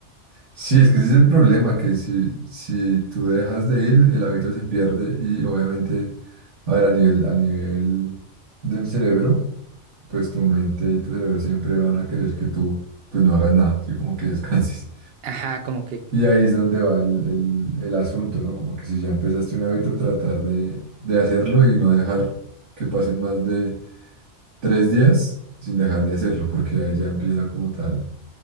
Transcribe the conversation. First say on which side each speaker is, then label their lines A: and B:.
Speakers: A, on the right; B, on the right.
A: sí, es que ese es el problema, que si, si tú dejas de ir, el hábito se pierde y obviamente, a ver, a nivel, a nivel del cerebro pues tu mente y tu cerebro siempre van a querer que tú pues no hagas nada, así como que <laughs> descanses.
B: Ajá, como que
A: Y ahí es donde va el, el- el asunto, ¿no? Como que si ya empezaste un hábito, tratar de, de hacerlo y no dejar que pasen más de tres días sin dejar de hacerlo, porque ahí ya empieza como tal,